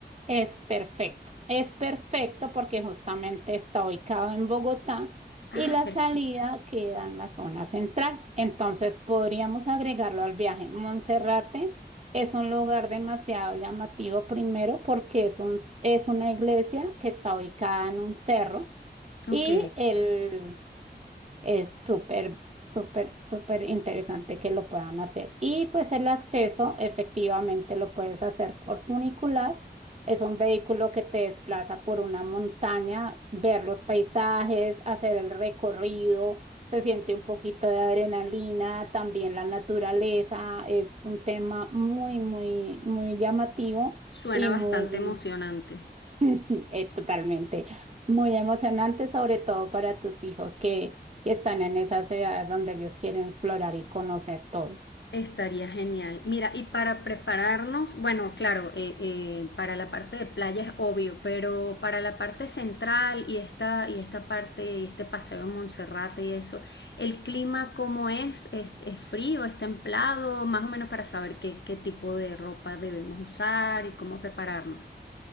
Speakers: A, on the right; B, on the left.
A: Es perfecto, es perfecto porque justamente está ubicado en Bogotá
B: Ah,
A: y la
B: perfecto.
A: salida queda en la zona central. Entonces podríamos agregarlo al viaje. Monserrate es un lugar demasiado llamativo primero porque es un- es una iglesia que está ubicada en un cerro
B: Ok,
A: y el, es súper, súper, súper interesante que lo puedan hacer. Y pues el acceso efectivamente lo puedes hacer por funicular. Es un vehículo que te desplaza por una montaña, ver los paisajes, hacer el recorrido, se siente un poquito de adrenalina, también la naturaleza. Es un tema muy, muy, muy llamativo
B: suena
A: y
B: bastante
A: muy
B: emocionante.
A: <laughs> Eh, totalmente. Muy emocionante, sobre todo para tus hijos que, que están en esas edades donde ellos quieren explorar y conocer todo.
B: Estaría genial. Mira, y para prepararnos, bueno, claro, eh, eh, para la parte de playa es obvio, pero para la parte central y esta, y esta parte, y este paseo en Monserrate y eso, ¿el clima cómo es? ¿Es, es frío? ¿Es templado? Más o menos para saber qué, qué tipo de ropa debemos usar y cómo prepararnos.